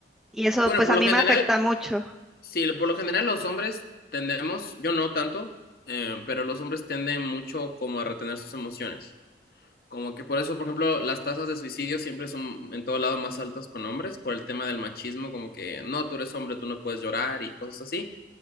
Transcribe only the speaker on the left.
Bueno,
por
lo
general,
sí, por lo general los hombres tendemos, yo no tanto, eh, pero los hombres tienden mucho como a retener sus emociones. Como que por eso, por ejemplo, las tasas de suicidio siempre son en todo lado más altas con hombres, por el tema del machismo, como que no, tú eres hombre, tú no puedes llorar y cosas así.